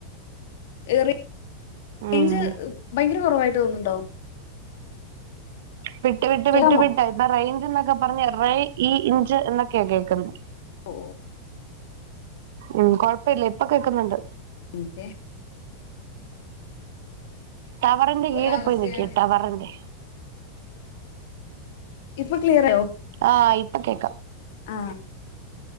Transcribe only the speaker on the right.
ഉം
വിട്ട് വിട്ട്
വിട്ട് വിട്ട് ഇപ്പൊ റയിൻ ൊക്കെ പറഞ്ഞ് േ ഇഞ്ച് എന്നൊക്കെയ കേൾക്കുന്നത്
ഉം കൊഴപ്പഇില്ല ഇപ്പൊ കേക്കുന്നുണ്ട്
തവറിൻ്റെ കീയേപോയി
നിക്ക് ടവറിൻ്റെ
ആ ഇപ്പം കേക്കാം